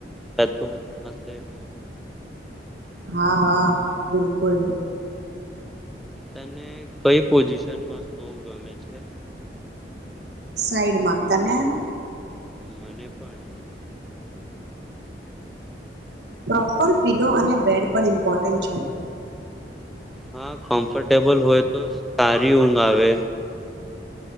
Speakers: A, in the centre; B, on the right.
A: જતું હતું.
B: હા હા બિલકુલ.
A: તને કઈ પોઝિશનમાં સૂવુ ગમે છે?
B: સાઈડમાં, તને?
A: મને પણ
B: પ્રોપર પિલો અને બેડ પણ ઇમ્પોર્ટન્ટ છે.
A: હા કમ્ફર્ટેબલ હોય તો સારી ઊંઘ આવે.